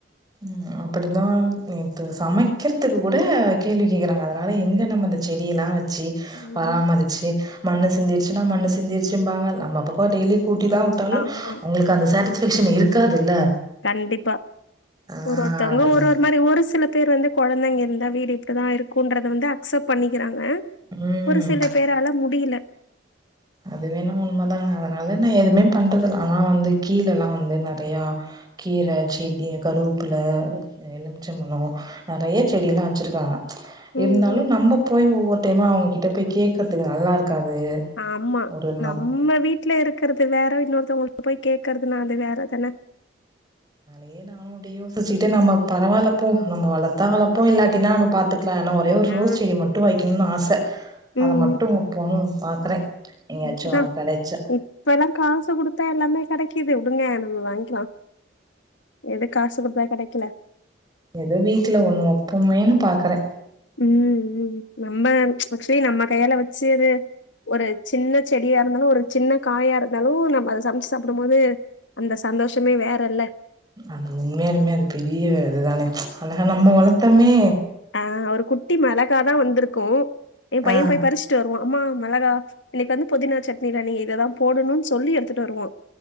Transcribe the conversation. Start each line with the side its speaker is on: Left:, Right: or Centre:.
Right: ஆ அப்படிந்தா நேத்து சமைக்கிறதுக்கு கூட கேள்வி கேக்குறாங்க அதனால எங்கே நம்ம இந்த செடியெல்லாம் வச் வச்சு
Left: ஆமா
Right: பராமரிச்சு ச்சு மண்ணு சிந்திச்சுன்னா மண்ணு சிந்திர்ச்சுபாங்க நம்ம பக்கம் டெய்லி கூட்டி தா வுட்டாலும்
Left: ஆமா,
Right: அவுங்களுக்கு அந்த சட்டிஸ்ஃபாக்ஷன் இருக்காதுல்ல
Left: கண்டிப்பா
Right: ஆ
Left: ஒரு ஒருத்தவங்க
Right: அதனா
Left: ஒரு ஒரு மாரி ஒரு சில பேர் வந்து கொழந்தைங்க இருந்தா வீடு இப்டிதான் இருக்குங்கறத வந்து அக்செப்ட் பண்ணிக்கிறாங்க
Right: ம்
Left: ஒரு சில பேரால முடியல
Right: அது வேணா உண்மைதாங்க அதனால நான் எதுவுமே பண்றதுல ஆனா வந்து கீழ எல்லாம் வந்து நெறையா கீர செடி கருவபிள்ள எலுமிச்சை பழம் நறைய செடியிலாம் வச்சுருக்காங்க இருந்தாலும்
Left: ம் ம்
Right: நம்ப போய் ஒவ்வொரு டைமா அவுங்ககிட்ட போய் கேக்குறதுக்கு நல்லா இருக்காது
Left: ஆமா
Right: ஒரு நம்
Left: நம்ம வீட்ல இருக்கறது வேற இன்னொருத்தவங்க <unintelligible> போய் கேக்குறது ந அது வேற தான
Right: நானும் அப்பிடியே யோசிச்சுட்டு நம்ம பராவல்ல போ நம்ம வளத்தா வளப்போம் இல்லாட்டின்னா நம்ம பாத்துக்கலாம் ஒரே ஒரு
Left: ஆ
Right: ரோஸ் செடி மட்டும் வைய்க்கணும்னு ஆச
Left: ம்
Right: அதை மட்டும் வக்கணும் பாக்குறே எங்கயாச்சு
Left: அதுக்குதான்
Right: கெடைச்சா
Left: இப்ப எல்லாம் காசு குடுத்தா எல்லாமே கெடைக்குது விடுங்க நம்ம வாங்கிக்கலாம் எது காசு குடுத்தா கெடைக்கல
Right: ஏதோ வீட்ல ஒண்ணு வெப்போமே பாக்குறே
Left: ம் ம் நம்ப ஆக்சுவலி நம்ம கையால வச்சு அத ஒரு சின்ன செடியா இருந்தாலும் ஒரு சின்ன காயா இருந்தாலும் நம்ம அத சமைச்சி சாப்பிடும் போது அந்த சந்தோஷமே வேற இல்ல
Right: அது உண்மையாலுமே அது பெரிய இதுதானே அழகா நம்ம வளத்தோமே
Left: ஆ ஒரு குட்டி மெளகாதா வந்திருக்கும் என் பைய
Right: ஆ
Left: போயி பரிச் த்து வருவான் அம்மா மெளகா இன்னிக்கு வந்து புதினா சட்னில நீ இதெல்லா போடணும் சொல்லி எடுத்துட்டு வருவா